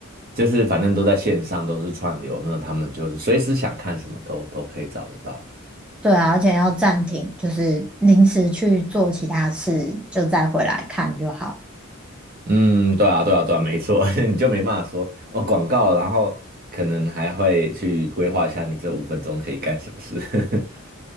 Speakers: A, on the right; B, in the centre.
A: 就是反正都在线上，都是串流，那他们就是随时想看什么都都可以找得到。
B: 对啊，而且要暂停，就是临时去做其他事，就再回来看就好。
A: 嗯，对啊，对啊，对啊，没错，<laughs> 你就没办法说哦广告，然后可能还会去规划一下你这五分钟可以干什么事。<laughs>